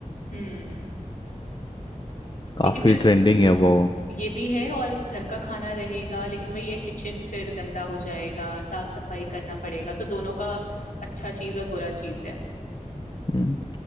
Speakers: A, on the left; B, on the left.
A: हम्म
B: काफी
A: लेकिन फिर
B: ट्रेंडिंग है वो
A: ये भी है और घर का खाना रहेगा लेकिन वही है किचन फिर गंदा हो जाएगा साफ सफाई करना पड़ेगा तो दोनों का अच्छा चीज और बुरा चीज है
B: हम्म,